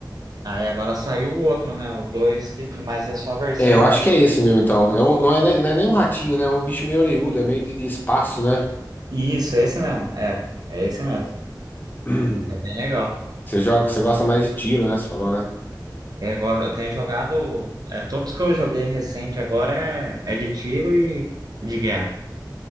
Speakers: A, on the right; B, on the left.
A: Aí agora saiu o outro, né? O 2 que... mas é só a versão.
B: É, eu acho
A: Play-
B: que é esse mesmo, então. É um- não é, ne- não é nem um ratinho, né? É um bicho meio orelhudo, é meio de, de espaço, né?
A: Isso, é esse mesmo. É, é esse mesmo.
B: <clears throat>
A: É bem legal.
B: Você joga, você gosta mais de tiro, né? Você falou, né?
A: É, agora, eu tenho jogado. É, todos que eu joguei recente agora é, é de tiro e, e de guerra.